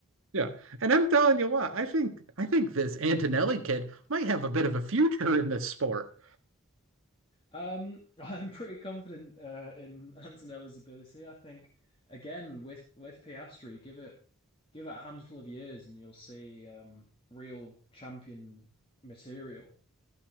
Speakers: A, on the right; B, on the left.
A: Yeah. And I'm telling you what, I think I think this Antonelli kid might have a bit of a future in this sport.
B: Um, <laughs> I'm pretty confident uh, in Antonelli's ability. I think again with with Piastri, give it give it a handful of years and you'll see um real champion material.